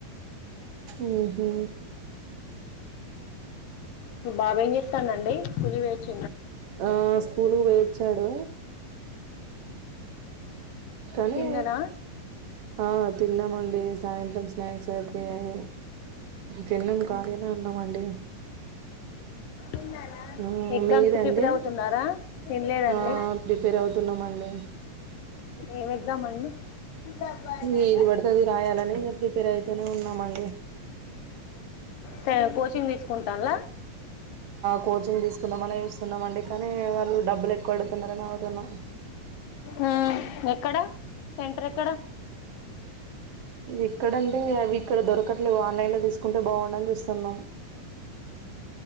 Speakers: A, on the right (about 80°); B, on the left (about 75°).
A: ఉహు
B: మీ బాబు ఏం చేస్తున్నాడండి స్కూల్ కి పోయి వచ్చి.
A: ఆ స్కూల్ కు పోయిచ్చాడు కానీ
B: తిన్నద
A: ఆ తిన్నామండి సాయంత్రం స్నాక్స్ అయిపోయాయి తన్నం కాలిగా అన్నామ అండి
B: ఉమ్
A: ఆ
B: ఎగ్జామ్స్
A: మీదండి
B: కు ప్రిపేర్ అవుతున్నారా తన్లేదండి
A: ఆ ప్రిపేర్ అవుతున్నామండి
B: ఏం ఎగ్జామ్ అండి దబ్బదంగా
A: ఎది పడితే అది రాయాలని ప్రిపేర్ అయితేనే ఉన్నామండి
B: సరే కోచింగ్ తీసుకుంటల
A: కోచింగ్ తీసుకుందాం అని చూస్తున్నామ అండి కానీ వాళ్ళు డబ్బులు ఎక్కువ అడుగుతున్నారని అగుతునం
B: హ ఎక్కడా సెంటర్ ఎక్కడా
A: ఇక్కడంటే అవి ఇక్కడ దొరకట్లేవి ఆన్లైన్లో తీసుకుంటే బాగుండని చూస్తున్నాం